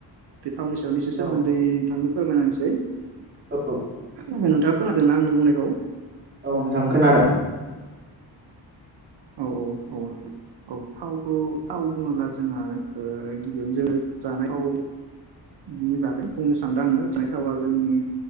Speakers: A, on the right; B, on the right.
A: बे थावनि सायावसो सोमोन्दै
B: औ
A: नोंथांनो फोरमायना होनोसै
B: औ
A: नोंथां खोनादों ना आंनि बुंनायखौ
B: औ नोंथां खोनादों
A: औ औ औ औ थावखौ थाव
B: औ
A: बुङोब्ला जोंहा गिबियावनो जोङो जानायावनि बागै बुंनोसै सानदों आङो जनाय थावा जोंनि